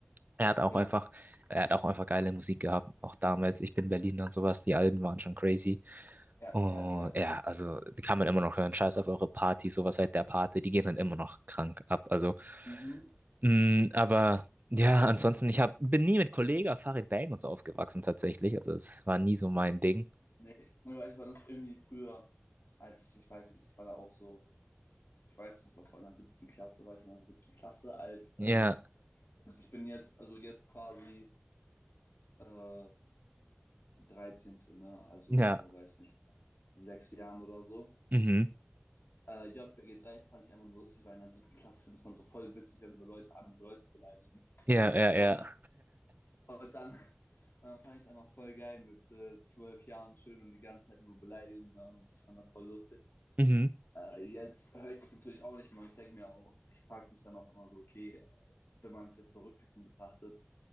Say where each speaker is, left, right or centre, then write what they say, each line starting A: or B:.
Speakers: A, on the right; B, on the left.
A: Er hat auch
B: ja,
A: einfach, er hat auch einfach geile Musik gehabt, auch damals. Ich bin Berliner und sowas. Die Alben waren schon crazy.
B: ja,
A: Oh,
B: ja, ja.
A: ja, also die kann man immer noch hören. Scheiß auf eure Party, sowas seit der Party, die gehen dann immer noch krank ab. Also,
B: Mhm.
A: mh, aber ja, ansonsten, ich hab, bin nie mit Kollega Farid Bang und so aufgewachsen tatsächlich. Also es war nie so mein Ding.
B: Nee, aber ich war das irgendwie früher, als ich, ich weiß nicht, ich war da auch so, ich weiß noch, das war in der siebten Klasse, war ich in der siebten Klasse, als,
A: Ja,
B: ähm, Und ich bin jetzt, also jetzt quasi äh, 13. Ne? Also
A: ja,
B: vor, weiß nicht, sechs Jahren oder so.
A: mhm.
B: Äh, JBG 3 fand ich einfach nur lustig, weil in der siebten Klasse findet man so voll witzig, wenn so Leute andere Leute beleidigen.
A: Ja, ja, ja.
B: Und, und dann, <laughs> dann fand ich es einfach voll geil mit äh, zwölf Jahren schön und die ganze Zeit nur Beleidigungen hören und ich fand das voll lustig.
A: Mhm.
B: Äh, jetzt höre ich das natürlich auch nicht mehr und ich denke mir auch, ich frage mich dann auch immer so, okay, wenn man es jetzt so rückblickend betrachtet,